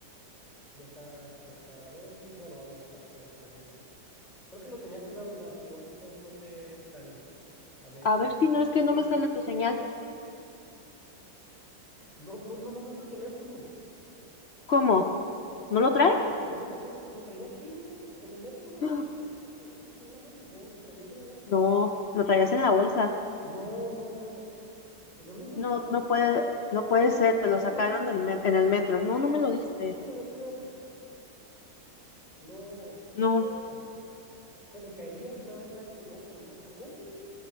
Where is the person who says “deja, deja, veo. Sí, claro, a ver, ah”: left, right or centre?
Left